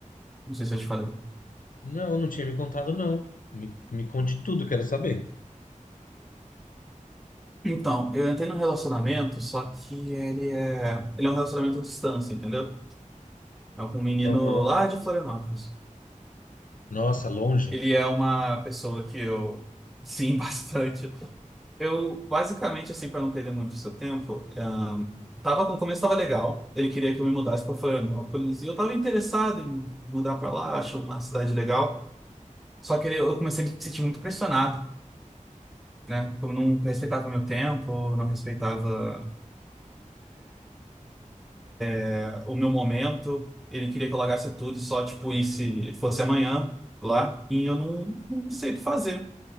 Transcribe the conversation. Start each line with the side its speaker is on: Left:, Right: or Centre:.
Centre: Não sei se eu te falei.
Left: Não, não tinha me contado, não. Me, me conte tudo, quero saber.
Centre: Então, eu entrei num relacionamento, só que ele é, ele é um relacionamento à distância, entendeu? É com um menino
Left: Aham.
Centre: lá de Florianópolis.
Left: Nossa, longe.
Centre: Ele é uma pessoa que eu, sim, <laughs> bastante. Eu, basicamente, assim, para não perder muito seu tempo, ahn, tava, no começo tava legal. Ele queria que eu me mudasse para Florianópolis. E eu tava interessado em mudar para lá, acho uma cidade legal. Só que ele- eu comecei a me sentir muito pressionado, né? Eu não respeitava meu tempo, não respeitava, eh, o meu momento. Ele queria que eu largasse tudo e só, tipo, se fosse amanhã lá. E eu não, não sei o que fazer.